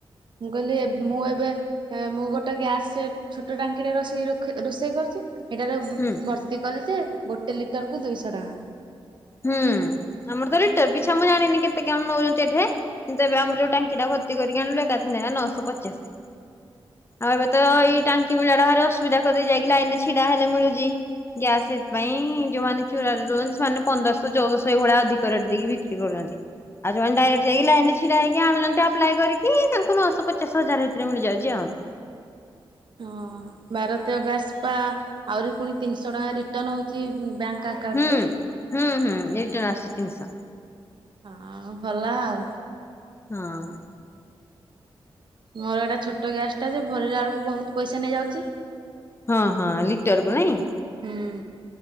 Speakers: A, on the right; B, on the left.
A: ମୁଁ କହିଲି, ମୁଁ ଏବେ ଏଁ ମୁଁ ଗୋଟେ ଗ୍ୟାସ୍, ଛୋଟ ଟାଙ୍କିଟେ ରୋଷେଇ ରଖି ରୋଷେଇ କରୁଚି ହେଇଟାରେ
B: ହୁଁ
A: ଭର୍ତ୍ତି କଲି ଯେ, ଗୋଟେ ଲିଟର କୁ ଦୁଇଶ ଟଙ୍କା।
B: ହୁଁ, ଆମର ତ ରିଟର ପିଛା ମୁଁ ଜାଣିନି କେତେ କଣ ନଉଚନ୍ତି ଏଠେ? କିନ୍ତୁ ଏବେ ଆମର ଯୋଉ ଟାଙ୍କି ଟା ଭର୍ତ୍ତି କରିକି ଆଣିଲୁ, ଏକାଥରେ ନେଲା ନଅଶହ ପଚାଶ। ଆଉ ଏବେ ତ ଏଇ ଟାଙ୍କି ମିଳିବାଟା ଭାରି ଅସୁବିଧା କରିଦେଇଚି, ଯାଇକି ଲାଇନ ରେ ଛିଡା ହେଲେ ମିଳୁଚି। ଗ୍ୟାସ ସେଥିପାଇଁ ଯୋଉମାନେ ଚୋରାରେ ଦଉଚନ୍ତି, ସେମାନେ ପନ୍ଦରଶହ, ଚଉଦଶହ ଏଇଭଳିଆ ଅଧିକ ରେଟ୍ ଦେଇକି ବିକ୍ରି କରୁଚନ୍ତି। ଆଉ ଯୋଉମାନେ ଡାଇରେକ୍ଟ ଯାଇକି ଲାଇନରେ ଛିଡା ହେଇକି ଆଣୁଚନ୍ତି ଆପ୍ଲାଏ କରିିକି, ତାଙ୍କୁ ନଅଶହ ପଚାଶ, ହଜାର ଭିତରେ ମିଳିଯାଉଚି ଆଉ।
A: ହଁ, ଭାରତୀୟ ଗ୍ୟାସ ପା, ଆହୁରି ପୁଣି ତିନିଶହ ଟଙ୍କା ରିଟର୍ଣ ହଉଚି ବ୍ୟାଙ୍କ ଆକାଉଣ୍ଟକୁ।
B: ହୁଁ, ହୁଁ ହୁଁ, ରିଟର୍ନ ଆସୁଚି ତିିନିଶ।
A: ହଁ, ଭଲ ଆଉ।
B: ହୁଁ ଉଁ
A: ମୋର ଏଇଟା ଛୋଟ ଗ୍ୟାସ୍ ଟା ଯେ, ଭରିଲା ବେଳକୁ ବହୁତ ପଇସା ନେଇଯାଉଚି।
B: ହଁ ହଁ ଲିଟରକୁ ନାଇଁ?
A: ହୁଁ